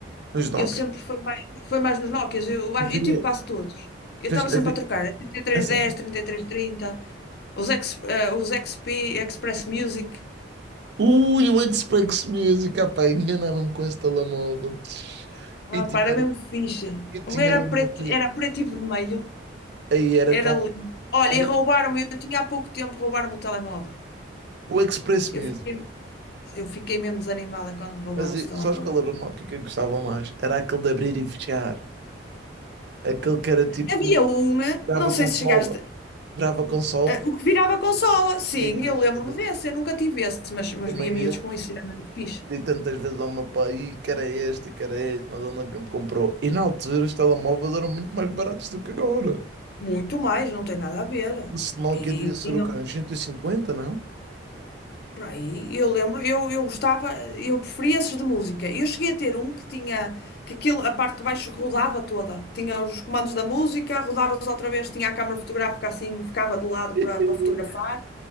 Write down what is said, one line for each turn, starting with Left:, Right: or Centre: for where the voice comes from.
Right: nos Dockers.
Left: Eu sempre fui mais, fui mais nos Nokias, eu, eu
Right: Havia,
Left: tive quase todos. Eu
Right: fez-
Left: estava sempre
Right: havia,
Left: a trocar, 3310,
Right: é só-
Left: 3330. Os, ex, eh, os XP, Express Music.
Right: Ui, o Xbox Music, ah pá, enganaram-me com esse telemóvel. Tch.
Left: Ah,
Right: E tinha,
Left: pá, era mesmo fixe.
Right: e tinha
Left: O meu era
Right: um
Left: preto,
Right: Nokia,
Left: era preto e vermelho.
Right: aí era
Left: Era
Right: tão.
Left: lindo. Olha,
Right: O,
Left: e roubaram-me, eu tinha há pouco tempo, roubaram-me o telemóvel.
Right: o Express Music.
Left: Eu fiquei, eu fiquei mesmo desanimada quando me roubaram
Right: Mas eu-
Left: esse telemóvel.
Right: sabes qual era o Nokia que eu gostava mais? Era aquele de abrir e fechar. Aquele que era tipo,
Left: Havia uma,
Right: grava
Left: não sei
Right: consola.
Left: se chegaste,
Right: Grava consola.
Left: eh, o que virava consola. Sim,
Right: E,
Left: eu
Right: esse,
Left: lembro-me desse, eu nunca tive esse, mas, mas
Right: também
Left: via miúdos
Right: eu,
Left: com isso, era mesmo fixe.
Right: Dei tantas vezes ao meu pai, "Ih, que era este, que era este, mas ele nunca me comprou. E na altura os telemóveis eram muito mais baratos do que agora.
Left: Muito mais, não tem nada a ver.
Right: O sinal
Left: E
Right: que devia ser
Left: tinham.
Right: o quê? Uns cento e cinquenta, não?
Left: Por aí, eu lembro, eu, eu gostava, eu preferia esses de música. Eu cheguei a ter um que tinha, que aquilo, a parte de baixo rodava toda. Tinha os comandos da música, rodava-os outra vez, tinha a câmara fotográfica assim, ficava de lado
Right: <laughs>
Left: para para fotografar.